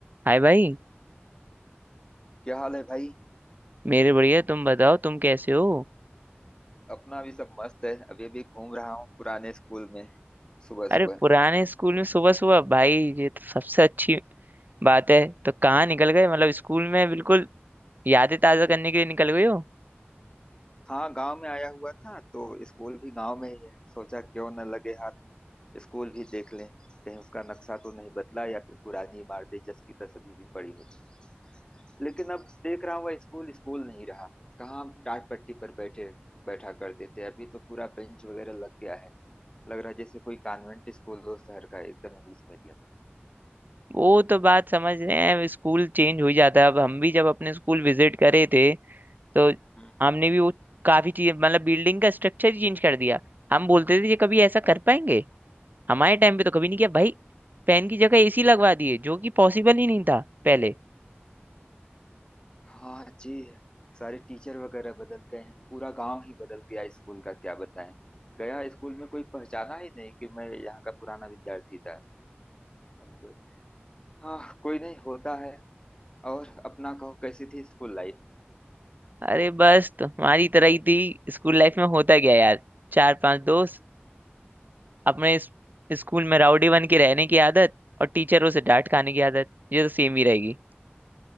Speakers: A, on the right (about 45°); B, on the left (about 20°).
A: हाय भाई
B: क्या हाल है भाई
A: मेरे बढ़िया तुम बताओ तुम कैसे हो
B: अपना भी सब मस्त है अभी भी घूम रहा हूँ पुराने स्कूल में सुबह
A: अरे
B: सुबह
A: पुराने स्कूल में सुबह सुबह भाई ये तो सबसे अच्छी बात है तो कहाँ निकल गए मतलब स्कूल में बिल्कुल यादें ताज़ा करने के लिए निकल गए हो
B: हाँ गांव में आया हुआ था तो स्कूल भी गांव में ही है सोचा क्यों न लगे हाथ स्कूल भी देख लें कहीं उसका नक्शा तो नहीं बदला या फिर पुरानी इमारतें जस की तस अभी भी पड़ी हुई है लेकिन अब देख रहा हुआ स्कूल स्कूल नहीं रहा कहाँ हम टाट पट्टी पर बैठे बैठा करते थे अभी तो पूरा बेंच वगैरह लग गया है लग रहा है जैसे कोई कॉन्वेंट स्कूल हो शहर का एकदम इंग्लिश मीडियम
A: वो तो बात समझ रहे हैं स्कूल चेंज हो ही जाता है अब हम भी जब अपने स्कूल विजिट करे थे तो
B: हम्म, हम्म।
A: हमने भी वो काफ़ी चीज़ मतलब बिल्डिंग का स्ट्रक्चर ही चेंज कर दिया हम बोलते थे ये कभी ऐसा कर पाएंगे हमारे टाइम पे तो कभी नहीं किया भाई फैन की जगह एसी लगवा दिए जो कि पॉसिबल ही नहीं था पहले
B: हाँ जी सारे टीचर वगैरह बदल गए हैं पूरा गांव ही बदल गया स्कूल का क्या बताएं गया स्कूल में कोई पहचाना ही नहीं कि मैं यहाँ का पुराना विद्यार्थी था अब हाँ कोई नहीं होता है और अपना कहो कैसी थी स्कूल लाइफ
A: अरे बस तुम्हारी तरह ही थी स्कूल लाइफ में होता क्या यार चार पांच दोस्त अपने इस- स्कूल में राउडी बन के रहने की आदत और टीचरों से डांट खाने की आदत ये तो सेम ही रहेगी